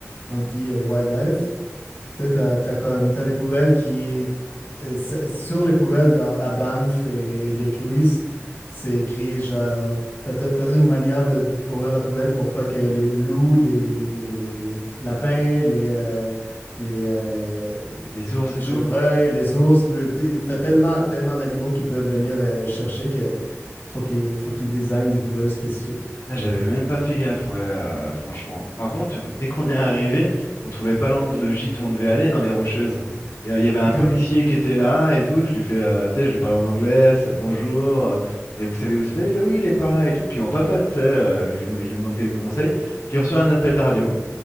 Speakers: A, on the left; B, on the left.
A: anti-wildlife. Tu sais, t'as, t'as comme, t'as des poubelles qui, euh, s- sur les poubelles dans- à Banff et, et Lake-Louise, c'est écrit genre, t'as, t'as- t'as toute une manière de, pour ouvrir la poubelle pour pas que les loups, les, les lapins, les, euh, les, euh,
B: Les ours
A: les
B: et
A: chevreuils,
B: tout.
A: les ours, euh, t'as tellement, tellement d'animaux qui peuvent venir euh, chercher que faut qu'ils, faut qu'ils désignent des poubelles spécifiques.
B: Ah, J'avais même pas fait gaffe, ouais, euh, franchement. Par contre, dès qu'on est arrivé, on trouvait pas l'end- le gîte où on devait aller dans les Rocheuses. Et euh, il y avait un
A: OK.
B: policier qui était là et tout. Je lui fais, euh, tu sais, je lui parle en anglais, c'est bonjour. euh, et vous savez où c'est? Il fait oui, il est par là et tout. Puis on papote, tu sais. euh, je lui, je lui demande quelques conseils. Puis il reçoit un appel de radio.